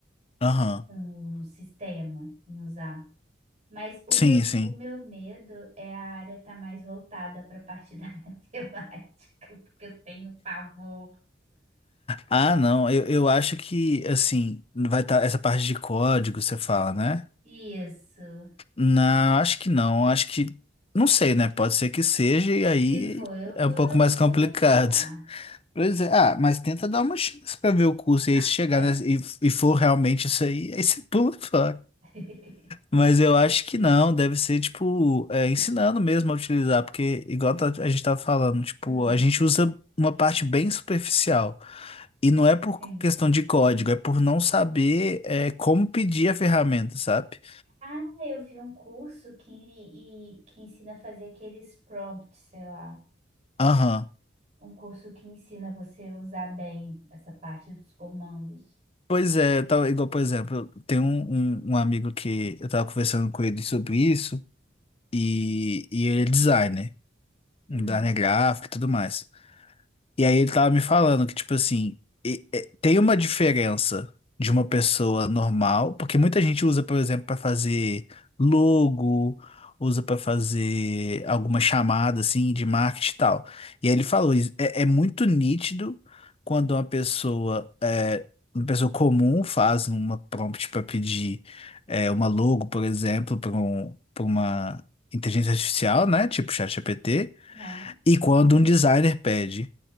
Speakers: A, on the left; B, on the right.
A: aham.
B: Com o sistema em usar. Mas o
A: Sim,
B: meu,
A: sim.
B: o meu medo é a área estar mais voltada para a parte da <laughs> matemática, porque eu tenho pavor.
A: Ah, não, eu, eu acho que, assim, vai estar essa parte de código, você fala, né?
B: Isso.
A: Não, acho que não, acho que, não sei, né? Pode ser que seja, e aí
B: Se for, eu
A: é
B: vou,
A: um pouco mais
B: não
A: complicado.
B: vou continuar.
A: <laughs> Pois é, ah, mas tenta dar uma chance pra ver o curso,
B: Não,
A: e aí se chegar,
B: é.
A: né? E, e for realmente isso aí, aí você pula fora.
B: <laughs>
A: Mas eu acho que não, deve ser, tipo, é, ensinando mesmo a utilizar, porque, igual tá- a gente tá falando, tipo,
B: Hum,
A: a gente usa uma parte bem superficial. E não é por
B: sim.
A: questão de código, é por não saber, é, como pedir a ferramenta, sabe?
B: Ah, eu vi um curso que, e- que ensina a fazer aqueles prompts, sei lá.
A: Aham.
B: Um curso que ensina você a usar bem essa parte dos comandos.
A: Pois é, eu tava, igual, por exemplo, eu tenho um, um, um amigo que eu tava conversando com ele sobre isso, e, e ele é designer,
B: Hum.
A: um designer gráfico e tudo mais. E aí ele tava me falando que, tipo assim, e- e- tem uma diferença de uma pessoa normal, porque muita gente usa, por exemplo, para fazer logo, usa para fazer alguma chamada assim de marketing e tal. E aí ele falou, isso é, é muito nítido quando uma pessoa, é, uma pessoa comum faz uma prompt para pedir é, uma logo, por exemplo, para um, para uma inteligência artificial, né? Tipo ChatGPT,
B: Aham.
A: e quando um designer pede.